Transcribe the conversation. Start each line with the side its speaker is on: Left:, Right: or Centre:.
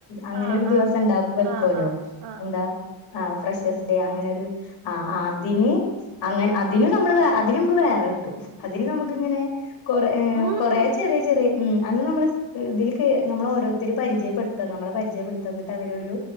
Left: അങ്ങനെ
Right: ആഹ്
Left: ഒരു ദിവസം
Right: ആഹ്
Left: ഉണ്ട വെക്കല്ലോ
Right: ആഹ് ആഹ് ആഹ്
Left: എന്താ ഫ്രഷേസ് ഡേ അങ്ങനെരു ആഹ് ആഹ് അതിന് അങ്ങനെ അതിന് നമ്മള് വ അതിന് നമുക്ക് വേറെ കിട്ടും അതിന് നമുക്ക് ഇങ്ങനെ കൊറേ
Right: ഉം
Left: കൊറെ ചെറിയ ചെറിയ ഉം അന്ന് നമ്മള് ഇതിൽ നമ്മള ഓരോരുത്തർ പരിചയപ്പെടുത്താം നമ്മളെ പരിചയപ്പെടുത്ത എന്നിട്ട് അവര് ഒരു